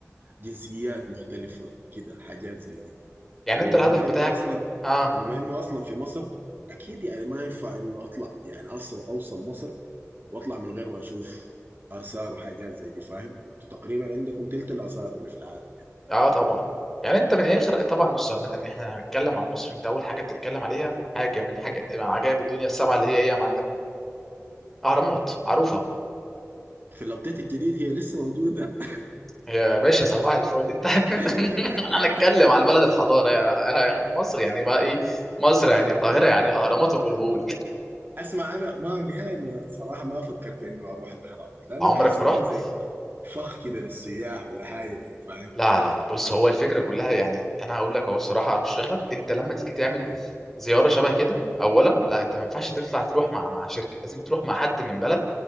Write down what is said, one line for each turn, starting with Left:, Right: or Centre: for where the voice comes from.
Right: جنسيات مختلفة كده حاجات زي دي
Centre: يعني
Right: وبما
Centre: انت الهدف بتاعك
Right: انه اصلا
Centre: اه
Right: وبما انه اصلا في مصر اكيد يعني ما ينفع انه اطلع يعني اوصل اوصل مصر واطلع من غير ما اشوف اثار وحاجات زي دي فاهم؟ انتوا تقريبا عندكم تلت الاثار اللي في العالم يعني
Centre: اه طبعا يعني انت من الاخر طبعا بص عامه احنا هنتكلم عن مصر انت اول حاجه بتتكلم عليها حاجه من حاجه من عجائب الدنيا السبعه اللي هي ايه يا معلم اهرامات معروفه
Right: في الابديت الجديد هي لسه موجودة
Centre: يا باشا صباح الفل انت <laughs>
Right: <laughs>
Centre: انا هنتكلم على بلد الحضاره يا احنا مصر يعني بقى ايه مصر يعني القاهره يعني الاهرامات وابو الهول
Right: اسمع انا ما نهائي ما صراحة ما فكرت انه اروح الاهرامات
Centre: <laughs>
Right: لانه
Centre: عمرك
Right: بحس
Centre: ما
Right: بها
Centre: رحت
Right: زي فخ كده للسياح ولا حاجة كده فاهم؟
Centre: لا لا لا بص هو الفكره كلها يعني انا هقول لك اهو الصراحه ارشح لك انت لما تيجي تعمل
Right: اوكي
Centre: زياره شبه كده اولا لا انت ما ينفعش تطلع تروح مع مع شركه لازم تروح مع حد من بلد